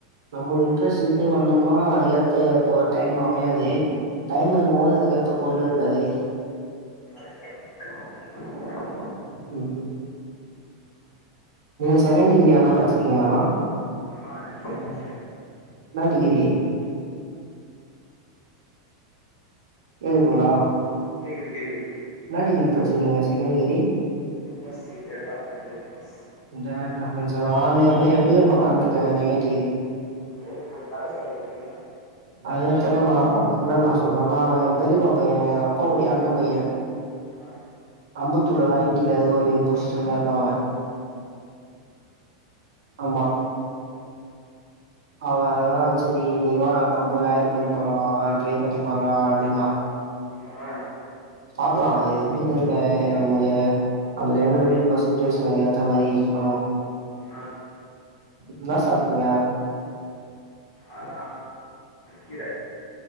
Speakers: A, on the right (about 80°); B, on the left (about 40°).
A: நம்ம இன்ட்ரெஸ்ட்
B: மைண்ட் செட்டே
A: இருந்து
B: மாத்
A: வந்தம்னா அதுக்கேத்த ஒரு டைம் அமையாது டைம் இருக்கும்போது அதுக்கேத்த பொருள் இருக்காது
B: புரியல
A: ம் ம் நீங்க செகண்ட் டிகிரி எதனா படிச்சுருக்கிங்ளானா
B: ஆ ரெண்டு டிகிரி முடிச்ச
A: என்னா டிகிரி கேக்குதுங்ளா
B: கேக்குது கேக்குது
A: என்னா டிகிரி படிச்சிருக்கிங்க second degree
B: M S C data analytics
A: data சைன்ஸா நானு <unintelligible> எம்பிஏ பண்லான்ட்டுருக்கே செகண்ட் டிகிரி
B: போடு போடு கரஸ்ல போடு சரியா
A: அதுதா தெர்ல நா அண்ண என்னா சொல்றான்னா எங்க பெரியப்பா பைய எங் அப்பாவோடைய அண்ண பைய
B: ஆ
A: அம்பத் துர் ஐடில எதோ ஒரு பொசிஷன்ல இருக்கா அவ ஆமா அவ அதுதா சரி நீவா கம்பெனில ஹையர் பண்ணிப்பாங்கள ட்ரை பண்ணிப்பாக்களா அப்டின்னா
B: ஆ
A: பாக்கலா இது எப்டினு தெரில நம்மங்க அந்த டைம்ல
B: ஆ
A: எப்டி இருக்கோ சுட்சுவேஷனுக் அதுக்கு ஏத்த மாரி பண்ணனு
B: ஆ
A: என்னா சாப்ட்டீங்க
B: ஆனா கீர